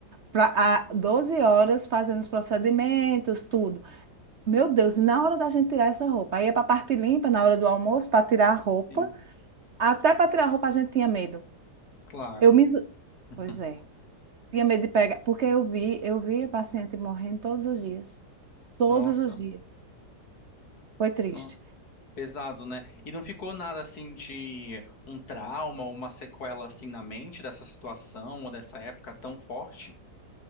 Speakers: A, on the right (about 55°); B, on the left (about 65°).
A: Pra, a, 12 horas fazendo os procedimentos, tudo. Meu Deus, e na hora da gente tirar essa roupa, aí ia para a parte limpa, na hora do almoço, para tirar a roupa.
B: sim,
A: Até para tirar a roupa a gente tinha medo.
B: claro.
A: Eu me... iso-
B: <laughs>
A: Pois é. Tinha medo de pegar, porque eu vi, eu vi a paciente morrendo todos os dias. Todos
B: Nossa,
A: os dias. Foi triste.
B: nossa. Pesado, né? E não ficou nada assim de um trauma ou uma sequela assim na mente dessa situação ou dessa época tão forte?